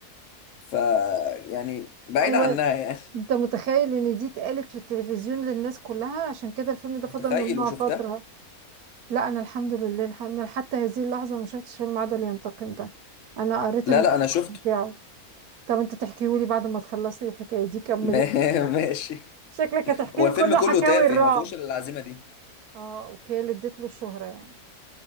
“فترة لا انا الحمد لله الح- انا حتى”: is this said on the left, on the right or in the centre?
Right